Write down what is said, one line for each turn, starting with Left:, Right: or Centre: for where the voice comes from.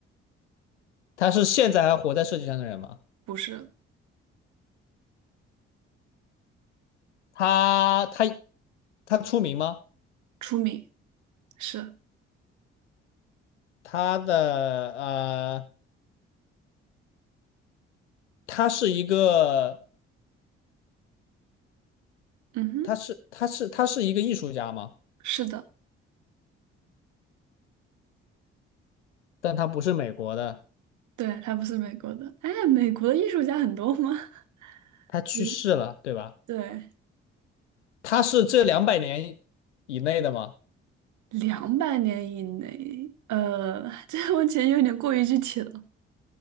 Left: 他是现在还活在世界上的人吗？
Right: 不是
Left: 他他他出名吗？
Right: 出名？是，
Left: 他的呃，他是一个，
Right: 嗯哼，
Left: 他是他是他是一个艺术家吗？
Right: 是的，
Left: 但他不是美国的，
Right: 对，他不是美国的。哎，美国的艺术家很多吗？<laughs>
Left: 他去世了，
Right: 嗯，
Left: 对吧？
Right: 对，
Left: 他是这两百年以内的吗？
Right: 两百年以内，呃，<laughs> 这个问题有点过于具体了，